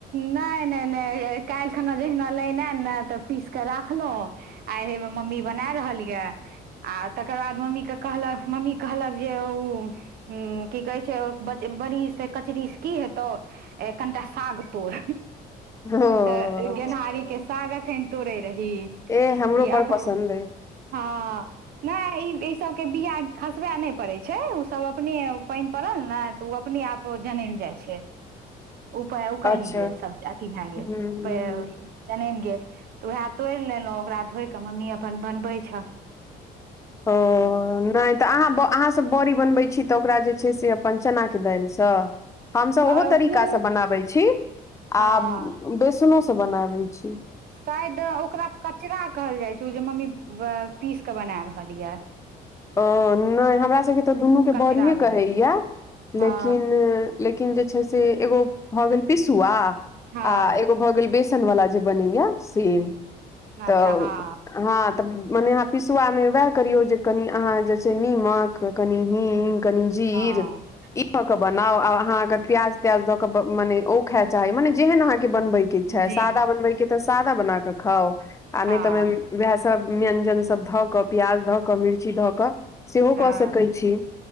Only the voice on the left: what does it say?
ओ
एह हमरो
बड़
पसन्द अय।
अच्छा
हूँ हूँ हूँ
ओ नहि तऽ अहाँ- अहाँ सब बड़ी बनबै छी, तऽ ओकरा जे छै से अपन चना के दालि स। हमसभ ओहो
तरीकासँ बनाबैत छी,
आ बेसनोसँ बनाबैत छी।
ओ नै हमरा सबके तऽ दुनूके
बड़िए
कहैया।
लेकिन लेकिन जे छै से एगो भए गेल पिसुआ,
आ एगो भए गेल बेस सन वाला जे बनैया से तऽ।
हँ तऽ मने अहाँ पिसुआ मे वएह करियौ जे कनि अहाँ जे निमक, कनि हिंग, कनि जीर
धऽ के बनाउ, आ अहाँके प्याज- त्याज दऽ के मने ओ खाय चाही, मने जेहन अहाँ के बनबे के इच्छा कम,
सादा बनबैके तऽ सादा बना कऽ खाउ, आ नहि
तऽ वएह सब व्यंजन सब धऽ क, प्याज धऽ क मिर्ची धऽ कऽ सेहो
कऽ सकै छी।